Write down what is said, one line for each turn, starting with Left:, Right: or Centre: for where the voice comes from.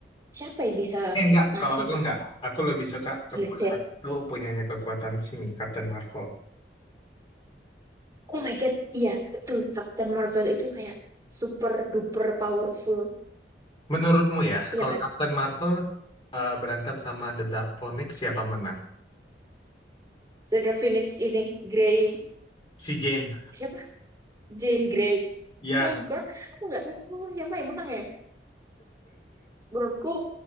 Right: Siapa yang bisa
Left: Eh, enggak,
Right: ngasih
Left: kalau aku enggak. Aku lebih suka kekuatan
Right: gledek?
Left: itu punyanya kekuatan sini, Captain Marvel.
Right: Oh my God. Iya betul. Captain Marvel itu kayak super duper powerful.
Left: Menurutmu ya,
Right: Iya
Left: kalau
Right: kan?
Left: Captain Marvel eh, berantem sama The Dark Phoenix, siapa menang?
Right: The Phoenix ini Grey.
Left: Si Jane.
Right: Siapa? Jane Grey.
Left: Ya,
Right: Oh my God. Aku nggak tahu siapa yang menang ya. Menurutku